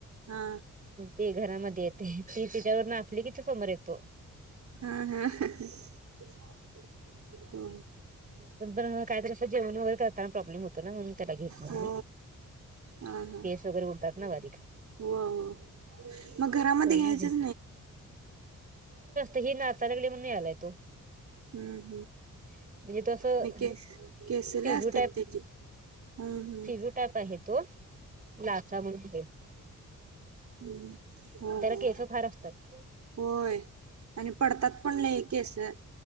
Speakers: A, on the right (about 60°); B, on the right (about 25°).
A: हा
B: ते घरामध्ये येते ती -तिच्यावरून असली कि तो समोर येतो.
A: हा -हा <inaudible> हो.
B: नंतर, काहीतरी असं जेवण वगैरे करताना प्रॉब्लेम होतो ना म्हणून त्याला घेत नाही
A: हो
B: मी.
A: हा हा
B: केस वगैरे उडतात ना बारीक
A: हो हो मग घरामध्ये
B: त्यामुळे
A: घ्यायचंच
B: घेत नाही ही नाचालागलेय म्हणून आलाय तो.
A: हम्म- हम्म
B: म्हणजे तो असं
A: नाय, केस- केस लय
B: फिजू
A: असत्यात त्याची. हम्म -हम्म
B: पोटात आत आहे तो याचा महणजे हे
A: हम् हा-हा
B: त्याला केस फार असतात
A: होय. आणि पडतात पण लय केसं.